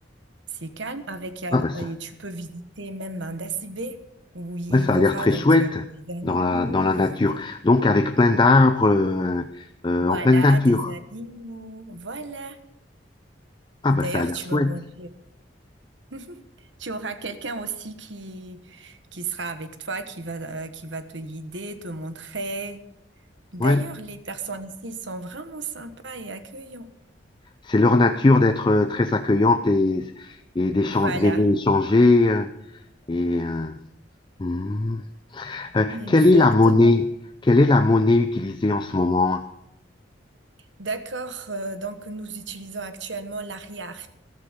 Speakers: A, on the right; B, on the left.
A: c'est calme, avec euh,
B: Ah ben ça,
A: et tu peux visiter même un dacibé où il
B: ouais, ça
A: y
B: a
A: aura
B: l'air très
A: donc
B: chouette
A: euh, des animaux.
B: dans la, dans la nature.
A: <laughs>
B: Donc avec plein d'arbres euh, euh,
A: Voilà,
B: en pleine nature.
A: des animaux. Voilà.
B: Ah
A: Et d'ailleurs,
B: ben ça a l'air
A: tu
B: chouette.
A: vas manger. euh, <laughs> Tu auras quelqu'un aussi qui, qui sera avec toi, qui va, euh, qui va te guider, te montrer. D'ailleurs,
B: Ouais.
A: les personnes ici ils sont vraiment sympas et accueillants.
B: C'est leur nature d'être euh, très accueillante et, et d'échan-
A: Voilà,
B: d'aimer échanger euh, et euh, Hmm. Euh,
A: exactement.
B: quelle est la monnaie? Quelle est la monnaie utilisée en ce moment?
A: D'accord, euh, donc nous utilisons actuellement l'ARIAR.